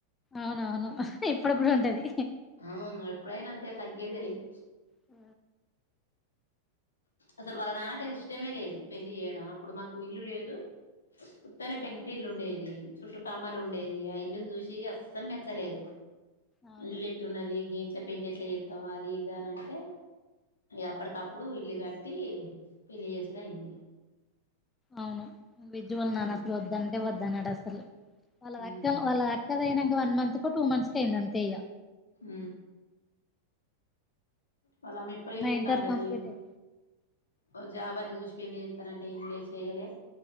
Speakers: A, on the left; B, on the left.
A: అవునవును ఇప్పుడు కూడా ఉంటది
B: ఉ ఎప్పుడైనా అంతే తగ్గేదిలిదు
A: ఆ
B: అసలు వాళ్ళ నాన్నకాది ఇష్టమే లేదు పెళ్లి చేయడం అప్పుడు మాకు ఇల్లు లేదు పత్తనే పెంకటిల్లు
A: ఆ
B: ఉండేది చుట్టు కమ్మలు ఉండేది ఆ ఇల్లుని చూసి అస్సలు మెచ్చలేదు
A: అవును
B: ఇల్లిట్టు ఎత్త వినదు పెళ్లి ఎట్లా చేస్తాం అది ఇదా అని అంటే అప్పటికప్పుడు అప్పుడు ఇల్లు కట్టి పెళ్లి చేసుడం అయింది
A: అవును విజు వల
B: మ్మ్
A: నాను అసలు వద్దంటే వద్దన్నాడు అసలు వాళ్ళ
B: మ్మ్
A: అక్క వాళ్ళ అక్క అయినాక వన్ మంత్ కు టూ మంత్స్ క అయింది అంతేయ్య
B: హ వల అమ్మ ఎప్పటికీ
A: నా
B: తిడుంతుది
A: ఇంటర్ కంప్లీట్ అయి
B: ఓ జాబార్ని చూసిపోయిం చెస్తానంటే ఇంలే చెయ్యాలి